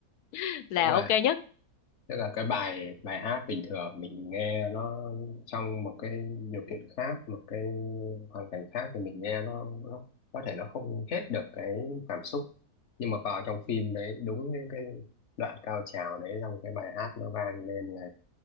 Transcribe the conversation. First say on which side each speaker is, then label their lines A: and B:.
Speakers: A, on the left; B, on the left.
A: <laughs> là
B: đúng rồi
A: ok nhất.
B: Tức là cái bài bài hát bình thường mình nghe nó trong một cái điều kiện khác, một cái hoàn cảnh khác thì mình nghe nó, nó có thể nó không hết được cái cảm xúc. Nhưng mà vào trong phim đấy đúng những cái đoạn cao trào đấy trong cái bài hát nó vang lên là